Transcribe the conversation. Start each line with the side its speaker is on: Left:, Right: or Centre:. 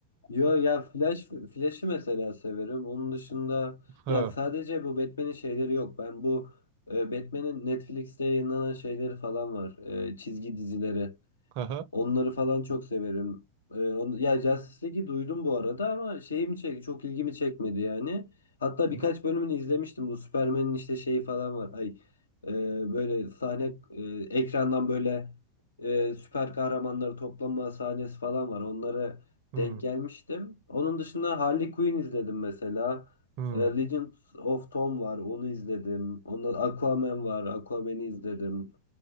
Left: Yo ya Flash Flash'ı mesela severim. Onun dışında
Right: <laughs> Ha,
Left: ya sadece bu Batman'in şeyleri yok. Ben bu e, Batman'in Netflix'te yayınlanan şeyleri falan var. E, çizgi dizileri.
Right: ha,
Left: Onları falan çok severim. Ee, onu- ya Justice League'i duydum bu arada ama şeyim çek çok ilgimi çekmedi yani. Hatta
Right: Hı.
Left: birkaç bölümünü izlemiştim. Bu Superman'in işte şeyi falan var. Ay e, böyle sahne e, ekrandan böyle e, süper kahramanları toplanma sahnesi falan var. Onlara
Right: hı.
Left: denk gelmiştim. Onun dışında Harley Quinn izledim mesela.
Right: hmm.
Left: E, Legends of Tom var. Onu izledim. Ondan Aquaman var. Aquaman'i izledim.